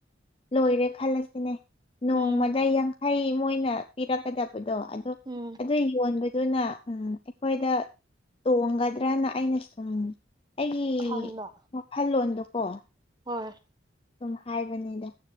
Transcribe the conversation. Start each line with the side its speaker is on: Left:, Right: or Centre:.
Left: ꯂꯣꯏꯔꯦ ꯈꯜꯂꯁꯤꯅꯦ ꯅꯣꯡꯃꯗ
Right: ꯎꯝ
Left: ꯌꯥꯡꯈꯩ ꯃꯣꯏꯅ ꯄꯤꯔꯛꯀꯗꯕꯗꯣ ꯑꯗꯨ
Right: ꯎꯝ
Left: ꯑꯗꯨꯏ ꯌꯣꯟꯕ ꯗꯨꯅ ꯎꯝ ꯑꯩꯈꯣꯏꯗ ꯇꯣꯡꯒꯗ꯭ꯔꯥꯅ ꯑꯩꯅ ꯁꯨꯝ ꯑꯩꯒꯤ
Right: ꯈꯟꯕ
Left: ꯋꯥꯈꯜꯂꯣꯟꯗꯨꯀꯣ
Right: ꯍꯣꯏ
Left: ꯁꯨꯝ ꯍꯥꯏꯕꯅꯤꯗ